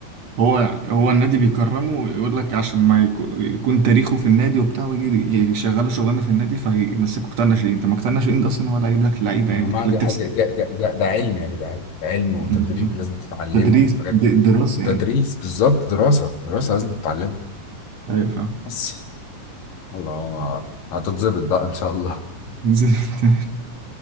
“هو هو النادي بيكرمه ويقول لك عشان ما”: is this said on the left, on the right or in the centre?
Right